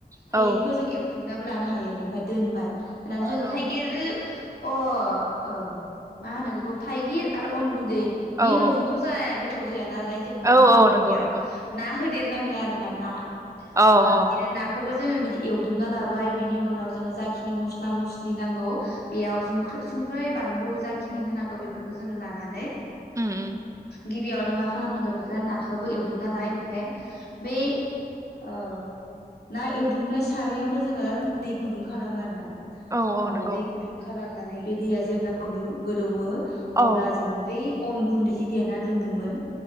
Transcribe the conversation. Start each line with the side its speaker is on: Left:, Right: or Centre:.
Right: औ
Left: थाइगिरखौ जों एव दुबनाबो लानो हायो बेनिफ्राय दोनबाय होनानै जोङो
Right: औ
Left: थाइगिर अ ओ मा होनो बेखौ थाइगिर आरो अन गुनदै
Right: औ
Left: बेल' जोथ' जाया गो थाव जाया नालाय जों
Right: औ
Left: मा होफागोन
Right: औ नंगौ
Left: बेयाव
Right: नंगौ
Left: ना होदेर नाङो आरोना ना
Right: औ
Left: ओ
Right: औ
Left: बिदिनो नाखोबो जोङो बिदि एवदुबना लाबाय बिनि उनाव जोङो जाखिनि मस्ला मस्लि नांगौ बेयाव जुंख्रि सुं बानलु जाखिनि होनांगौ बेफोरखौ जोङो लानानै
Right: ओम ओम
Left: गिबियावनो मा खालामनांगौ बेखौ नाखौबो एवदुमना लाबाय ओमफ्राय बै औ ना एवदुमनाय सारायावनो जोङो दै गुदुं खालामो आरोना
Right: औ औ
Left: ओ
Right: नंगौ
Left: दै गुदुं खालाम नानै बे दैया जेब्ला गुदु गोदौओ
Right: औ
Left: अब्ला जोङो बै अन गुन्दै जे देना दोन्दोंमोन